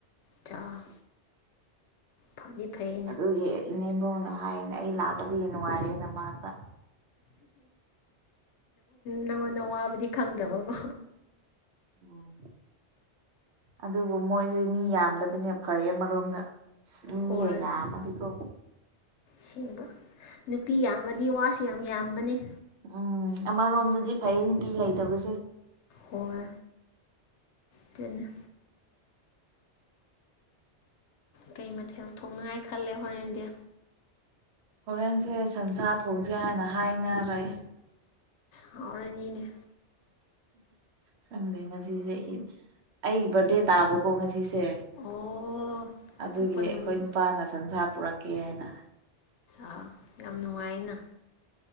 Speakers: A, on the left (about 80°); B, on the right (about 75°).
A: ꯆꯥ ꯐꯗꯤ ꯐꯩ
B: ꯑꯗꯨꯒꯤ ꯏꯅꯦꯝꯕꯣꯅ ꯍꯥꯏꯅꯦ ꯑꯩ ꯂꯥꯛꯄꯗꯤ ꯅꯨꯡꯉꯥꯏꯔꯦ ꯅ ꯃꯥ ꯈ
A: ꯅꯪꯉꯣꯟꯗ ꯋꯥꯕꯗꯤ ꯈꯪꯗꯕꯀꯣ
B: ꯎꯝ ꯑꯗꯨꯕꯨ ꯃꯣꯏꯁꯦ ꯃꯤ ꯌꯥꯝꯗꯕꯅꯦ ꯐꯩꯌꯦ ꯑꯃꯔꯣꯝꯗ
A: ꯍꯣꯏ
B: ꯃꯤꯒ ꯌꯥꯝꯃꯗꯤꯀꯣ
A: ꯁꯦꯡꯕ ꯅꯨꯄꯤ ꯌꯥꯝꯃꯗꯤ ꯋꯥꯁꯨ ꯌꯥꯝ ꯌꯥꯝꯕꯅꯤ
B: ꯎꯝ ꯑꯃꯔꯣꯝꯗꯗꯤ ꯐꯩ ꯅꯨꯄꯤ ꯂꯩꯇꯕꯁꯦ
A: ꯍꯣꯢ ꯑꯗꯨꯅꯦ ꯀꯩ ꯃꯊꯦꯜ ꯊꯣꯡꯅꯉꯥꯏ ꯈꯜꯂꯦ ꯍꯣꯔꯦꯟꯗꯤ
B: ꯍꯣꯔꯦꯟꯁꯦ ꯁꯟꯁꯥ ꯊꯣꯡꯁꯦ ꯍꯥꯏꯅ ꯍꯥꯏꯅꯔꯦ
A: ꯍꯥꯎꯔꯅꯤꯅꯦ
B: ꯈꯪꯗꯦ ꯉꯁꯤꯁꯦ ꯑꯩꯒꯤ ꯕꯥꯔꯗꯦ ꯇꯥꯕꯀꯣ ꯉꯁꯤꯁꯦ
A: ꯑꯣ
B: ꯑꯗꯨꯒꯤ
A: ꯄꯣꯛꯄ
B: ꯑꯩꯈꯣꯏ
A: ꯅꯨꯃꯤꯠ
B: ꯅꯨꯄꯥꯅ ꯁꯟꯁꯥ ꯄꯨꯔꯛꯀꯦ ꯍꯥꯏꯅ
A: ꯑ ꯌꯥꯝ ꯅꯨꯡꯉꯥꯏꯅ